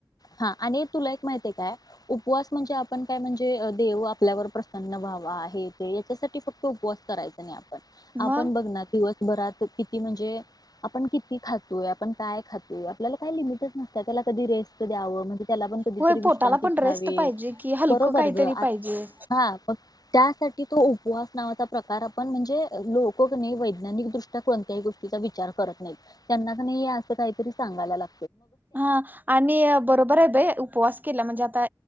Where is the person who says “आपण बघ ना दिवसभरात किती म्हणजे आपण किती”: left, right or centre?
Left